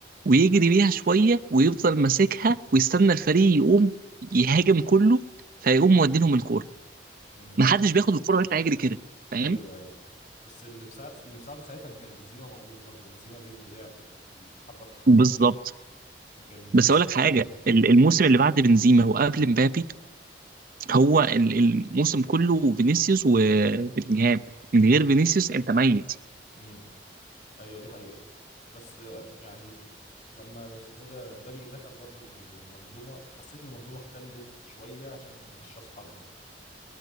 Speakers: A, on the right; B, on the left.
A: ويجري بيها شوية ويفضل ماسكها ويستنى الفريق يقوم يهاجم كله فيقوم مودينهم الكورة
B: امم
A: محدش بياخد الكورة ويطلع يجري كده فاهم
B: ايوه ايوه بس اللي مساعد اللي مساعده ساعتها ان كان بنزيما موجود برضه بنزيما بيبني لعب بيتحرك تحركات
A: بالظبط
B: صح لكن
A: بس
B: السنه
A: اقول لك حاجه
B: دي
A: ال- الموسم اللي بعد بنزيما وقبل مبابي هو ال- الموسم كله فينيسيوس وبلينجهام من غير فينيسيوس انت ميت
B: امم ايوه دي حقيقه بس آه، يعني لما اسمه إيه ده مبابي دخل برضه لل- للمنظومه حسيت المنظومه اختلت شويه عشان مفيش راس حربه